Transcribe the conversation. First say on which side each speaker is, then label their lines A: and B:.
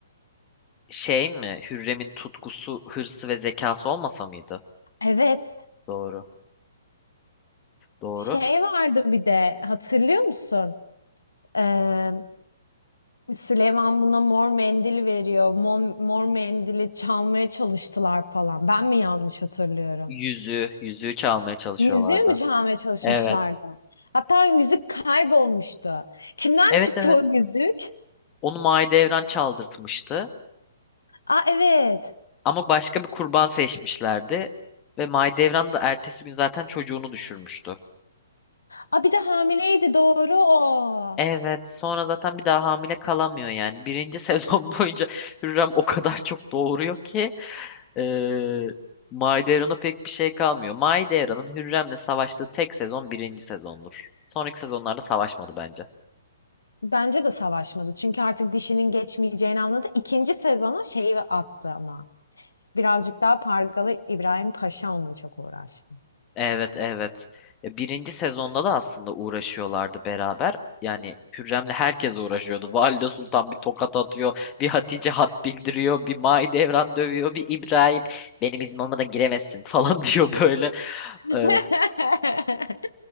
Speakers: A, on the left (about 25°); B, on the left (about 75°).
A: Şey mi Hürrem'in tutkusu, hırsı ve zekası olmasa mıydı?
B: Evet,
A: Doğru. Doğru.
B: şey vardı bir de hatırlıyor musun? Ee, Süleyman buna mor mendil veriyor. Mor, mor mendili çalmaya çalıştılar falan. Ben mi yanlış hatırlıyorum?
A: Yüzüğü, yüzüğü çalmaya çalışıyorlardı.
B: Yüzüğü mü çalmaya çalışmışlardı?
A: Evet.
B: Hatta yüzük kaybolmuştu. Kimden
A: Evet
B: çıktı
A: evet.
B: o yüzük?
A: Onu Mahidevran çaldırtmıştı.
B: Aa evet.
A: Ama başka bir kurban seçmişlerdi. Ve Mahidevran da ertesi gün zaten çocuğunu düşürmüştü.
B: Aa bir de hamileydi doğru o.
A: Evet. Sonra zaten bir daha hamile kalamıyor yani. Birinci <laughs> sezon boyunca Hürrem o kadar çok doğuruyor ki eee Mahidevran'a pek bir şey kalmıyor. Mahidevran'ın Hürrem'le savaştığı tek sezon birinci sezondur. Sonraki sezonlarda savaşmadı bence.
B: Bence de savaşmadı. Çünkü artık dişinin geçmeyeceğini anladı. İkinci sezona şeyi attı ama. Birazcık daha Pargalı İbrahim Paşa onunla çok uğraştı.
A: Evet evet. E, Birinci sezonda da aslında uğraşıyorlardı beraber. Yani Hürrem'le herkes uğraşıyordu. <laughs> Valide Sultan bir tokat atıyor, bir Hatice hat bildiriyor, bir Mahidevran dövüyor, bir İbrahim benim iznim olmadan giremezsin falan <laughs> diyor böyle.
B: <laughs>
A: E,